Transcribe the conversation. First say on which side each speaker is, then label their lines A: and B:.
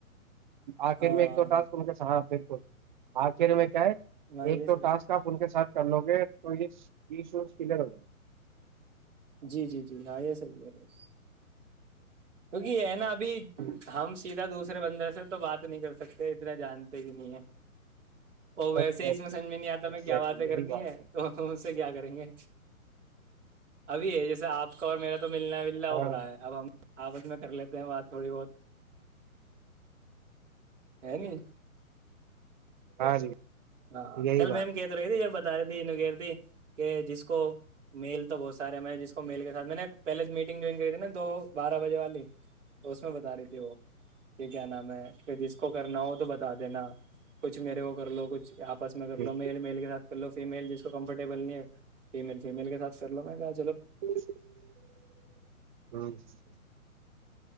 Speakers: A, on the right; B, on the right.
A: آخر
B: ہاں
A: میں ایک دو ٹک ان کے ساتھ آ آ کے ر میں
B: ہاں یہ
A: ایک دو
B: صحیح
A: ٹاسک
B: ہے
A: آپ ان کے ساتھ کر لو گے م یہ شو کل ہو ہے <unintelligible>
B: جی جی جی ہاں یہ صحیح ہے پھر ہوگی نا بھی
A: جائے
B: ہم سیدھا دوست دوسرے بندر سے تو بات نہیں کر سکتے اتنا جانتے ہی نہیں ہے ا ویسے
A: ایگزیکٹلی
B: ہی اس میں سمج
A: ایگزیکٹلی
B: میں نہیں آتا میں کیا باتیں کرنی
A: یہی بات
B: ہے سے کیا کریں گے ابھی ہے جیسے آپ کا اور میرا تو ملنا وللا ہو
A: ہاں
B: رہا ہے اب ہم آپس میں کر لیتے ہیں بات تھوڑی بہت ہے ن
A: ہاں جی
B: ہاں
A: یہی
B: کل
A: بات
B: مم کیتر ب ب رہ تھی ت کہ جس کو میل تو بہت سارے میں جس کو میل کے ساتھ میں نے پہلے میٹنگ جوائن کری تھی نا دو بارہ بجے والی تو اس میں بتا رہی تھی وہ یہ کیا نام ہے پ جس کو کرنا ہو تو تو بتا دینا کچھ میرے کو لوگچھ آپ میں کر لو
A: ہے
B: مل میل کےاتھ کر لو فی میل جس تو کمفرٹیبل نہیں ہے فیمل فیمیل کے سات کر لو میں گا
A: <unintelligible>